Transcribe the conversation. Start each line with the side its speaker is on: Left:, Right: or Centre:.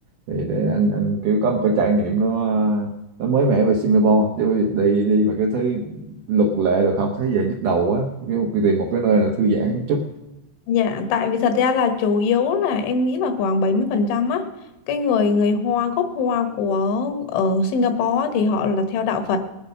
Right: thì để anh anh kiểu có một cái trải nghiệm nó nó mới mẻ về Singapore chứ đi đi mà cái thứ luật lệ được không thấy về nhức đầu quá kiểu tìm một cái nơi là thư giãn chút
Left: Dạ, tại vì thật ra là chủ yếu là em nghĩ là khoảng 70% á, cái người người Hoa gốc Hoa của ở Singapore á, thì họ là theo đạo Phật.